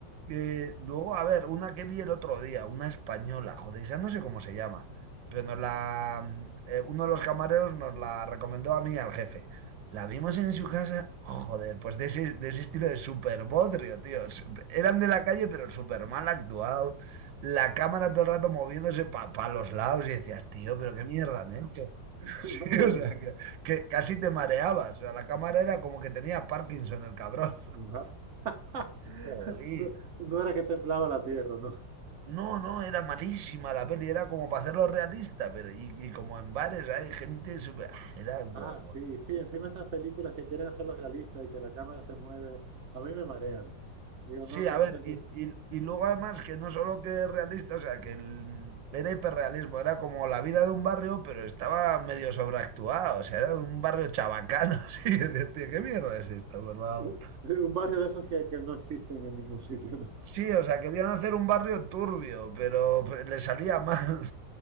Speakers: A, on the right (about 80°); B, on the right (about 50°).
A: Eh, luego, a ver, una que vi el otro día, una española, joder, esa no sé cómo se llama, pero nos la, eh, uno de los camareros nos la recomendó a mí y al jefe. La vimos en su casa, joder, pues de ese, de ese estilo de super bodrio, tío. Su- Eran de la calle, pero super mal actuado. La cámara todo el rato moviéndose para los lados y decías, tío, pero qué mierda, ¿eh? <laughs>
B: <laughs> Madre
A: Sí, o
B: mía.
A: sea, que, que casi te mareabas. O sea, la cámara era como que tenía Parkinson el cabrón.
B: Ma- <laughs>
A: <laughs> Joder.
B: No, no era que temblaba la tierra, ¿no?
A: No, no, era malísima la peli, era como para hacerlo realista, pero y, y como en bares hay gente súper... ah, Era bueno,
B: Ah, sí,
A: bueno.
B: sí, encima esas películas que quieren hacerlo realista y que la cámara se mueve, a mí me marean. Digo,
A: Sí,
B: no tiene
A: a ver,
B: sentido.
A: y, y- y luego además que no solo que es realista, o sea, que el- era hiperrealismo, era como la vida de un barrio, pero estaba medio sobreactuado, o sea, era un barrio chabacano, <laughs> así, que decía, ¿qué mierda es esto, por favor?
B: Un, sí, un barrio de esos que, que no existen en ningún sitio, ¿no?
A: Sí, o sea, querían hacer un barrio turbio, pero pues, le salía mal.